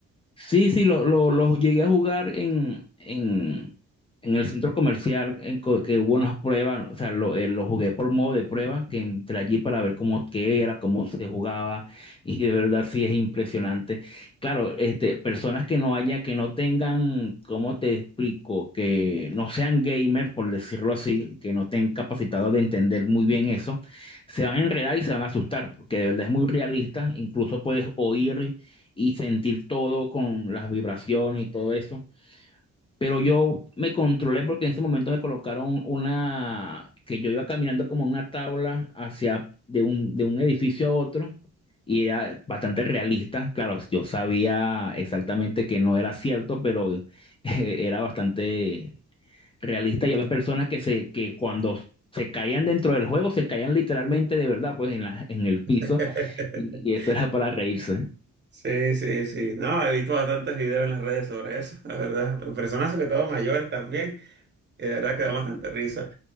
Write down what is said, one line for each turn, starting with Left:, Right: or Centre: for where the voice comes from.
Left: Sí, sí, lo, lo, lo llegué a jugar en, en, en el centro comercial en co- que hubo unas pruebas, o sea, lo, eh, lo jugué por modo de prueba, que entré allí para ver cómo qué era, cómo se jugaba, <laughs> y de verdad sí es impresionante. Claro, este, personas que no haya, que no tengan, ¿cómo te explico? Que no sean gamer, por decirlo así, que no estén capacitados de entender muy bien eso, se van a enredar y se van a asustar, porque de verdad es muy realista, incluso puedes oír y sentir todo con las vibraciones y todo eso. Pero yo me controlé porque en ese momento me colocaron una, que yo iba caminando como una tabla hacia de un, de un edificio a otro y era bastante realista. Claro, yo sabía exactamente que no era cierto, pero <laughs> eh, era bastante realista. Y había personas que, se, que cuando se caían dentro del juego, se caían literalmente de verdad, pues en la, en el piso
Right: <laughs>
Left: y y eso era para reírse.
Right: Sí, sí, sí. No, he visto bastantes videos en las redes sobre eso, la verdad. Personas sobre todo mayores también, y de verdad que da bastante risa.